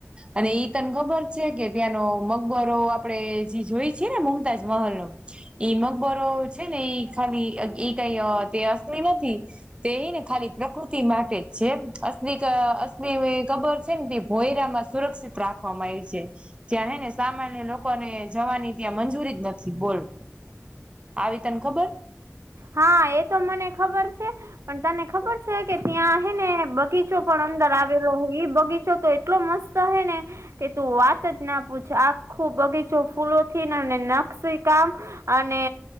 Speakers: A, on the right; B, on the right.
A: અને ઈતન ખબર છે કે ત્યાંનો મકબરો આપડે જે જોઈ છેી ને મુમતાજ મહલ ન, ઈ મગબરો છે ને એ ખાલી એ કઈ તે અસલી નથી. તે ને ખાલી પ્રકૃતિ, માટે જ છે, અસની અસની ખબર છે ને ભોયરામાં સુરક્ષા રાખવામાં આવી છે. ત્યાં હે ને સામાન્ય લોકોને જવાની ત્યાં મંજૂરી જ નથી બોલ. આવી તને ખબર?
B: હા એ તો મને ખબર છે. પણ તને ખબર છે કે ત્યાં હ ને બગીચો પણ અંદર આવેલો હો ઈ બગીચો તો એટલો મસ્ત, તોહેને, કે તું વાત જ ના પૂછ આખો બગીચો ફૂલો થથીનેને નકશી કામ, અને